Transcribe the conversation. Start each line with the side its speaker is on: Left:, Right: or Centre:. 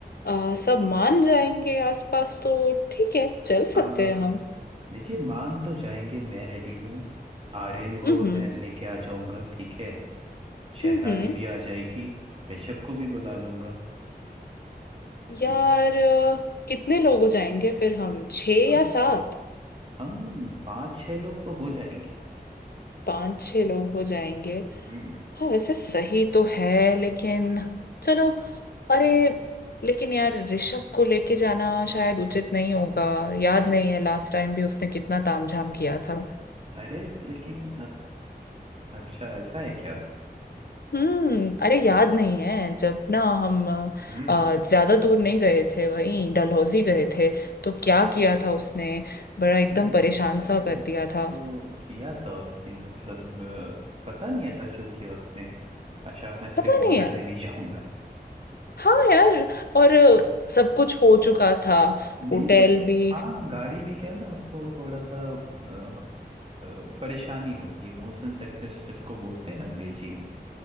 Left: अ, सब मान जाएंगे आसपास तो ठीक है चल
Right: हैं
Left: सकते हैं हम
Right: देखिए मान तो जाएंगे मैं रेडी हूँ आर्यन
Left: हम्म
Right: को मैं लेके आ जाऊंगा ठीक है शैताली
Left: हम्म हम्म।
Right: भी आ जाएगी ऋषभ को भी बुला लूंगा ठीक
Left: यार
Right: है
Left: अ, कितने लोग हो जाएंगे फिर हम छः
Right: हाँ
Left: या सात
Right: हम पाँच छह लोग तो हो जाएंगे
Left: पाँच छः लोग हो जाएंगे
Right: हम्म
Left: हाँ वैसे सही तो है लेकिन चलो अरे लेकिन यार ऋषभ को लेके जाना शायद उचित नहीं होगा याद नहीं है लास्ट टाइम भी उसने कितना तामझाम किया था
Right: अरे लेकिन अ, अच्छा ऐसा है क्या
Left: हम्म अरे याद नहीं है जब ना हम अ,
Right: हम्म
Left: अ, ज्यादा दूर नहीं गए थे वहीं डलहौजी गए थे तो
Right: अच्छा,
Left: क्या किया था उसने बड़ा एकदम
Right: अरे यार
Left: परेशान सा
Right: वो
Left: कर दिया था
Right: तो किया था उसने मतलब अ, पता नहीं ऐसा क्यों किया उसने अचानक से
Left: पता
Right: बोल
Left: नहीं
Right: रहा
Left: यार
Right: है मैं नहीं जाऊंगा
Left: हाँ यार और सब कुछ हो चुका था
Right: नहीं
Left: होटल
Right: तो
Left: भी
Right: हाँ गाड़ी में क्या ना उसको थोड़ा सा अ, अ, परेशानी होती है मोशन सिकनेस जिसको बोलते हैं ना अंग्रेजी में